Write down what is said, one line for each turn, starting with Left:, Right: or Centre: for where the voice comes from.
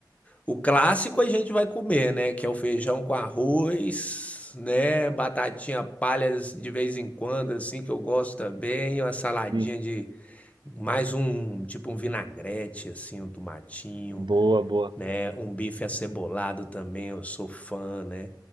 Left: o clássico, a gente vai comer, né? Que é o feijão com arroz, né? Batatinha palhas de vez em quando, assim, que eu gosto também. Uma saladinha
Right: Sim,
Left: de mais um, tipo um vinagrete, assim, um tomatinho.
Right: boa, boa,
Left: né? Um bife acebolado também, eu sou fã, né?